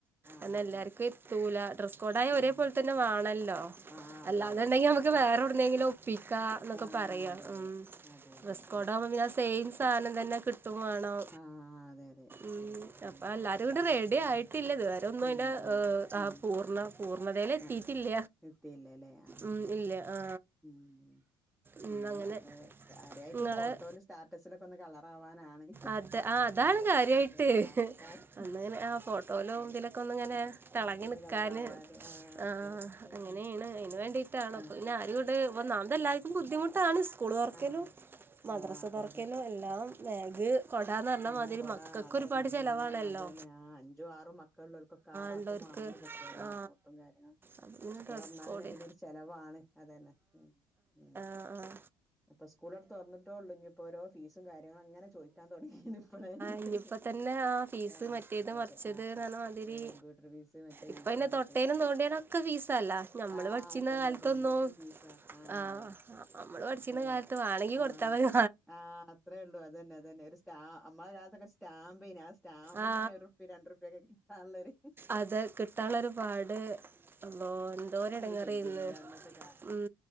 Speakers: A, in the centre; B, on the right.
A: ആഹ്
B: എന്നാ എല്ലാർക്കു
A: അതെ അതെ
B: എത്തുല. ഡ്രസ് കോഡായ
A: ആഹ്
B: ഒരേ പോലെ തന്നെ വേണല്ലോ.
A: ആഹ് അതെ
B: അല്ലാന്നുണ്ടെങ്കി
A: അതെ അതെ
B: നമക്ക്
A: അതെ
B: വേറെോടുന്നെങ്കിലും. പിക്ക എന്നൊക്കെ
A: ആഹ്
B: പറയാ.
A: അതെ
B: ഉം.
A: അതെ അതെ അതെ
B: ഡ്രസ്കോടാകുമ്പോ
A: ഉം
B: സെയിം സാധനം തന്നെ വേണം.
A: ആഹ് അതെ അതെ ശരിയാണ്
B: ഉംഅപ്പ
A: ഉം
B: എല്ലാരും കൂടി റെഡിയിട്ട് ത്തിട്ടില്ല. തവരെ ഒന്നും
A: എത്തിയില്ല
B: അന്റെ
A: ആഹ്
B: ആ
A: ഉം
B: പൂർണ്ണ പൂർണ്ണതയിൽ എത്തിട്ടില്ല.
A: ആഹ് എത്തിയില്ലല്ലേ ആഹ്
B: ഉ. ഇല്ലേ. ആ.
A: ഉം
B: ഉം,
A: പിന്നെ
B: അങ്ങനെ
A: കാര്യായിട്ട്
B: നിങ്ങളെ
A: ഫോട്ടോല് സ്റ്റാറ്റസിലൊക്കെ ഒന്ന് കളർ ആവാനാണ്.
B: അത് ആ അതാണ് കാര്യമായിട്ട്
A: അതെ ആഹ് അതാണ്
B: അന്നിങ്ങനെ ആഹ് ഫോട്ടോയിലും
A: അതെ.
B: ഇതിലൊക്കെ ഒന്നിങ്ങനെ
A: ഏഹ്
B: തെളങ്ങി
A: ആഹ് ഒന്ന്
B: നിക്കാന്.
A: കളറാവാന്
B: ആഹ്
A: അതെ അതെ അതെ
B: അങ്ങനേണ്
A: ഉം
B: അയിന് വേണ്ടി ട്ടാണ്
A: ഉം ആഹ്
B: പിന്നെ ആരുങ്ങട്ട് ഒന്നാമത് എല്ലാർക്കും ബുദ്ധിമുട്ടാണ്. സ്കൂള് തൊറക്കലും
A: ആഹ് ആഹ്
B: മദ്രസ
A: ആഹ് അതെ
B: തൊറക്കലും
A: അതെ.
B: എല്ലാം ബാഗ് കൊടാന്ന് പറഞ്ഞ
A: ആഹ്
B: മാതിരി
A: കൊടാ
B: മക്കക്ക്
A: അതന്നെ
B: ഒരുപാട്
A: അതന്നെ
B: ചെലവാണല്ലോ.
A: ആഹ് അതന്നെ ആഹ് അഞ്ചും ആറും മക്കളിള്ളോർക്കൊക്കെ ആറാക്കും
B: ഉള്ളവർക്ക്
A: വാണല്ലോതൊക്കെ അതന്നെ
B: ആ
A: നോട്ടും കാര്യങ്ങും.
B: അപ്പം പിന്നെ
A: സ്കൂൾ
B: ഡ്രസ്
A: തൊറന്നാല്
B: കോഡ്
A: തന്നെ പിന്നെരു ചെലവാണ് അതന്നെ ഉം ഉം
B: ആഹ് ആഹ്
A: അപ്പൊ സ്കൂളട് തൊറന്നിട്ടോള്ളെങ്കി ഇപ്പൊ ഓരോ ഫീസും കാര്യങ്ങളും അങ്ങനെ ചോയിക്കാൻ തൊടങ്ങിണ് ഇപ്പളന്നെ
B: ഇനിയിപ്പോൾ തന്നെ ആ ഫീസ്
A: ആഹ്
B: മറ്റേത്
A: അതെ
B: മറച്ചത്
A: അതെ ആഹ്
B: ന്ന് പറഞ്ഞമാതിരി
A: അതെ കമ്പ്യൂട്ടർ ഫീസ് മറ്റേ
B: ഇപ്പ
A: ഫീസ്
B: പിന്നെ
A: പറഞ്ഞിട്ടെ
B: തൊട്ടേനും
A: അതന്നെ
B: തോണ്ടിയേനൊക്കെ ഫീസളള. ഞമ്മള്
A: ആഹ്
B: പഠിച്ചിര്ന്ന
A: അതന്നെ
B: കാലത്തൊന്നും
A: അതന്നെ എല്ലാത്തിനും ഫീസാ
B: ആഹ്
A: അതന്നെ
B: നമ്മള് പഠിച്ചിന്ന
A: ഇപ്പൊ
B: കാലത്ത് വാണെങ്കി
A: ആഹ്
B: കൊടുത്താമതി
A: ആഹ് അത്രേ ഒള്ളു അതന്നെ അതന്നെ ഒരു സ്റ്റാ നമ്മളെ കാലത്തൊക്കെ സ്റ്റാമ്പേനി ആഹ് സ് സ്റ്റാമ്പിനന്നെ
B: ആ
A: ഒറുപ്യ രണ്ടുർപ്പ്യൊക്കെ കിട്ടാനുള്ളൊരു
B: അത് കിട്ടാനുള്ളൊരു പാട് അള്ളോഹ് എന്തോരെടങ്ങറേന്ന്
A: ഒരു പേടിയേനില്ല അന്നത്തെ
B: ഉം